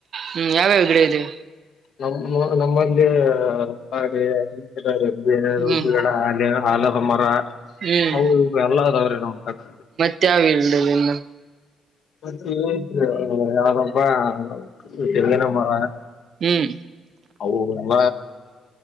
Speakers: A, on the right; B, on the left.
A: ಹ್ಮ್ ಯಾವ್ಯಾವ ಗಿಡ ಇದೆ
B: ನಮ್ಮ ನಮ್ಮಲ್ಲಿ <unintelligible>
A: ಹ್ಮ್
B: ಆಲದ ಮರ
A: ಹ್ಮ್
B: ಅವು ಇವು ಎಲ್ಲ ಅದಾವ್ರಿ ನಮ್ ತಕ್ಕ.
A: ತ್ತ್ಯಾವ ಇಲ್ಲಾರಿನ್ನ.
B: ಮತ್ತ ಇದ್ ಐತ್ರಿ ಯಾವ್ದೋಪಾ ತೆಂಗಿನ ಮರಾ.
A: ಹ್ಮ್.
B: <unintelligible>